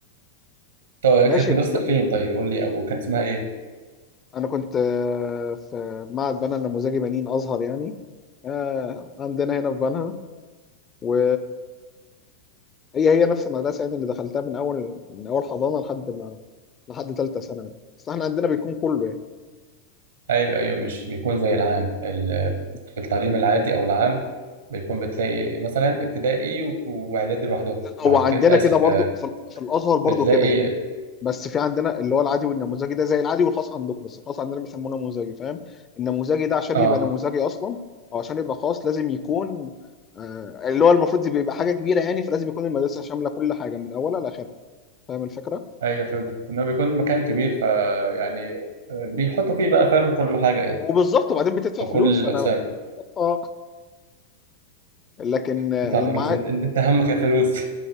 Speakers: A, on the right; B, on the left.
A: طب
B: ماشي
A: كانت مدرستك
B: ب-
A: فين طيب قول لي او كان اسمها ايه
B: انا كنت آه، في معهد بنها النموذجي بنين ازهر يعني آه، عندنا هنا في بنها و هي هي نفس المدرسة يعني اللي دخلتها من أول من أول حضانة لحد ما لحد تالتة ثانوي بس احنا عندنا بيكون كله يعني
A: ايوه ايوه مش بيكون زي العام ال-
B: مم.
A: التعليم العادي او العام بيكون بتلاقي مثلا ابتدائي و- واعدادي لوحدهم
B: لا هو
A: بعد
B: عندنا
A: كده اسف
B: كده برضو
A: آه،
B: في, ال- في الأزهر برضو
A: بتلاقي
B: كده يعني بس في عندنا اللي هو العادي والنموذجي ده زي العادي والخاص عندكم بس الخاص عندنا بيسموه نموذجي فاهم النموذجي ده عشان
A: اه
B: يبقى نموذجي أصلا أو عشان يبقى خاص لازم يكون آه، اللي هو المفروض بيبقى حاجة كبيرة يعني فلازم يكون المدرسة شاملة كل حاجة من أولها لآخرها فاهم الفكرة
A: ايوه فهمت ان هو بيكون مكان كبير فيعني بيحطوا فيه بقى فاهم كل حاجه يعني
B: وبالظبط وبعدين بتدفع
A: او
B: فلوس
A: كل الاقسام
B: فأنا اه لكن المع
A: تدفع فلوس انت انت أنت همك الفلوس